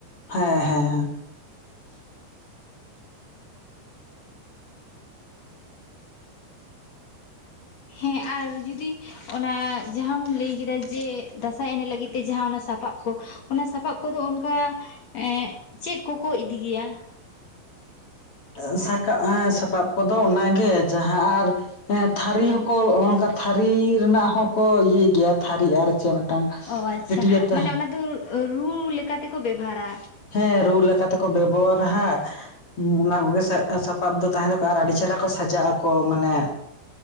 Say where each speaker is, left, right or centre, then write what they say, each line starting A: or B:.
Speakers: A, on the left; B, on the left.
A: ᱦᱮᱸ ᱦᱮᱸ ᱦᱮᱸ᱾
B: ᱦᱮᱸ ᱟᱨ ᱡᱩᱫᱤ ᱚᱱᱟ ᱡᱟᱦᱟᱸᱟᱢ ᱞᱟᱹᱭ ᱠᱮᱫᱟ ᱡᱮ ᱫᱟᱸᱥᱟᱭ ᱮᱱᱮᱡ ᱞᱟᱹᱜᱤᱫ ᱛᱮ ᱡᱟᱦᱟᱸ ᱚᱱᱟ ᱥᱟᱯᱟᱵ ᱠᱚ, ᱚᱱᱟ ᱥᱟᱯᱟᱵ ᱠᱚᱫᱚ ᱚᱱᱠᱟ ᱮᱸᱜ ᱪᱮᱫ ᱠᱚ ᱠᱚ ᱤᱫᱤ ᱜᱮᱭᱟ?
A: ᱟᱸᱥᱟ ᱠᱟᱜ ᱢᱮ ᱥᱟᱯᱟᱵ ᱠᱚᱫᱚ ᱚᱱᱟᱜᱮ ᱡᱟᱦᱟᱸ ᱟᱨ ᱦᱮᱸ ᱛᱷᱟᱹᱨᱤ ᱦᱚᱸ ᱠᱚ ᱚᱝᱠᱟ ᱛᱷᱟᱹᱨᱤ ᱨᱮᱱᱟᱜ ᱦᱚᱸᱠᱚ ᱤᱭᱟᱹᱭ ᱜᱮᱭᱟ, ᱛᱷᱟᱹᱨᱤ ᱟᱨ ᱪᱮᱫ ᱢᱤᱫᱴᱟᱝ
B: ᱚ, ᱟᱪᱪᱷᱟ
A: ᱴᱟᱹᱴᱭᱟᱹ ᱛᱮ
B: ᱢᱟᱱᱮ ᱚᱱᱟ ᱫᱚ ᱨᱩ ᱛᱮᱠᱚ ᱵᱮᱵᱷᱟᱨᱟ
A: ᱦᱮᱸ ᱨᱩ ᱞᱮᱠᱟ ᱛᱮᱠᱚ ᱵᱮᱵᱷᱟᱨᱟ ᱦᱟᱸᱜ ᱦᱩᱸ, ᱚᱱᱟ ᱠᱚᱜᱮ ᱥᱟ ᱥᱟᱯᱟᱵ ᱫᱚ ᱛᱟᱦᱮᱸ ᱛᱚᱠᱚᱣᱟ ᱟᱨ ᱟᱹᱰᱤ ᱪᱮᱦᱨᱟ ᱠᱚ ᱥᱟᱡᱟᱜ ᱟᱠᱚ, ᱢᱟᱱᱮ